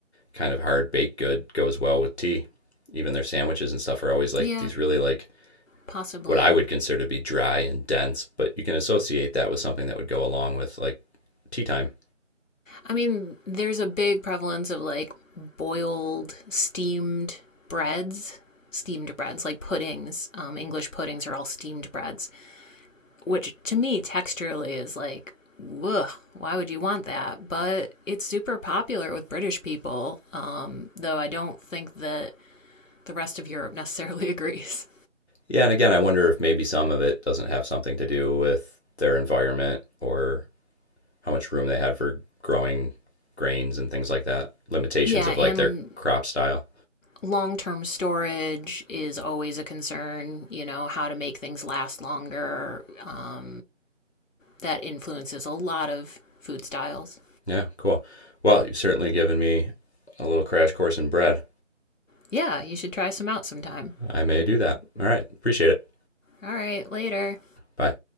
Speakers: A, on the left (about 60°); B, on the left (about 85°).
A: kind of hard baked good goes well with tea. Even their sandwiches and stuff are always like
B: Yeah,
A: these really like
B: possibly.
A: what I would consider to be dry and dense, but you can associate that with something that would go along with like tea time.
B: I mean, there's a big prevalence of like boiled, steamed breads, steamed breads like puddings. Um, English puddings are all steamed breads which to me texturally is like Ugh, why would you want that? But it's super popular with British people, um, though I don't think that the rest of Europe <laughs> necessarily agrees.
A: Yeah, and again, I wonder if maybe some of it doesn't have something to do with their environment or how much room they had for growing grains and things like that, limitations
B: Yeah,
A: of
B: and
A: like their crop style.
B: long term storage is always a concern, you know, how to make things last longer. Uh, that influences a lot of food styles.
A: Yeah, cool. Well, you've certainly given me a little crash course in bread.
B: Yeah, you should try some out sometime.
A: I may do that. All right, appreciate it.
B: All right, later.
A: Bye.